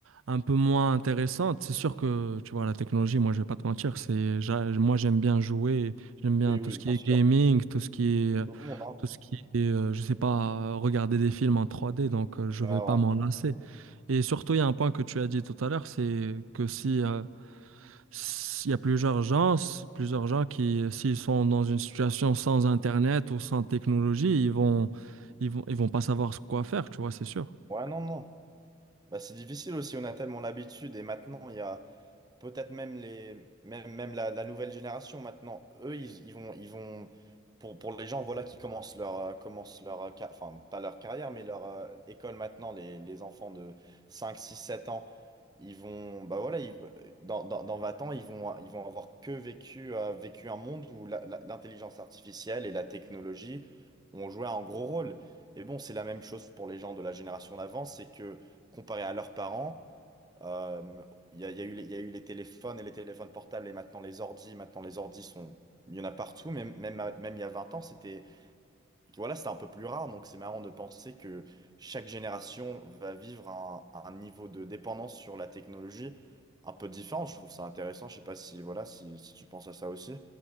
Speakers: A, on the right; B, on the right.
A: un peu moins intéressante. C'est sûr que, tu vois, la technologie, moi, je vais pas te mentir, c'est, j'a- moi, j'aime bien jouer, j'aime bien
B: Oui,
A: tout
B: oui,
A: ce qui
B: bien
A: est
B: sûr.
A: gaming, tout ce qui est, euh,
B: Tout le monde, hein.
A: tout ce qui est, euh, je sais pas, euh, regarder des films en 3D, donc euh, je
B: Ouais,
A: vais pas
B: ouais.
A: m'en lasser. Et surtout, il y a un point que tu as dit tout à l'heure, c'est que si euh, s- Il y a plusieurs gens, s- plusieurs gens qui, euh, s'ils sont dans une situation sans Internet ou sans technologie, ils vont, ils vont, ils vont pas savoir ce- quoi faire, tu vois, c'est sûr.
B: Ouais, non, non. Bah, c'est difficile aussi, on a tellement l'habitude. Et maintenant, il y a. peut-être même les même, même la, la nouvelle génération maintenant eux ils, ils vont ils vont pour, pour les gens voilà qui commencent leur euh, commencent leur euh, car- enfin pas leur carrière mais leur euh, école maintenant les, les enfants de 5 6 7 ans ils vont bah voilà ils, dans, dans, dans 20 ans ils vont ils vont avoir que vécu euh, vécu un monde où la- la- l'intelligence artificielle et la technologie ont joué un gros rôle et bon c'est la même chose pour les gens de la génération d'avant c'est que comparé à leurs parents euh, Il y a, il y a eu les, il y a eu les téléphones et les téléphones portables et maintenant les ordis. Maintenant, les ordis sont... Il y en a partout, même, même, à- même il y a 20 ans, c'était voilà, c'était un peu plus rare. Donc, c'est marrant de penser que chaque génération va vivre un, un niveau de dépendance sur la technologie un peu différent. Je trouve ça intéressant. Je sais pas si, voilà, si, si tu penses à ça aussi.